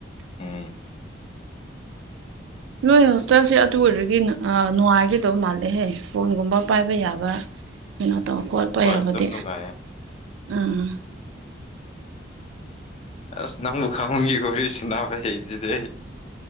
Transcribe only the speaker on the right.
ꯅꯣꯏ ꯍꯣꯁꯇꯦꯜꯁꯦ ꯑꯗꯨ ꯑꯣꯏꯔꯗꯤ ꯅꯨꯡꯉꯥꯏꯒꯗꯕ ꯃꯥꯜꯂꯦꯍꯦ ꯐꯣꯟꯒꯨꯝꯕ ꯄꯥꯏꯕ ꯌꯥꯕ ꯀꯩꯅꯣ ꯇꯧꯕ ꯈꯣꯠꯄ
ꯌꯥꯕꯗꯤ
ꯑꯥ